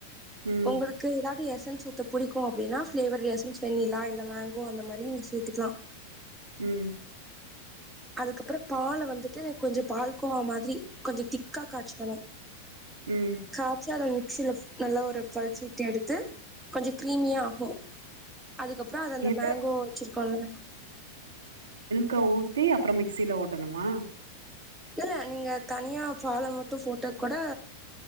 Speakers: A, on the right; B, in the centre.
A: ம்
B: உங்களுக்கு ஏதாவது எஸ் டன் சூப்ப பிடிக்கும் அப்டின்னா பிளேவர் எசன்ஸ் வெண்ணிலா இல்ல மேங்கோ அந்த மாரி நீங்க சேத்துக்கலாம்
A: ம்
B: அதுக்கப்புறம் பால வந்துட்டு கொஞ்சம் பால்கோவ மாதிரி கொஞ்சம் திக்கா காய்ச்சிக்கனும்
A: ம்
B: காச்சாத சில நல்லா ஒரு ஃபல்ஸ் விட்டு எடுத்து கொஞ்சம் கிரீமியா ஆகும் அதுக்கப்புறம் அத அந்த
A: எது
B: மேங்கோ வச்சிருக்கோம் இல்ல
A: க ஊத்தி அப்புறம் மிக்சியில ஓட்டணுமா
B: தெல்ல நீங்க தனியா பால மட்டும் போட்டாக்கூட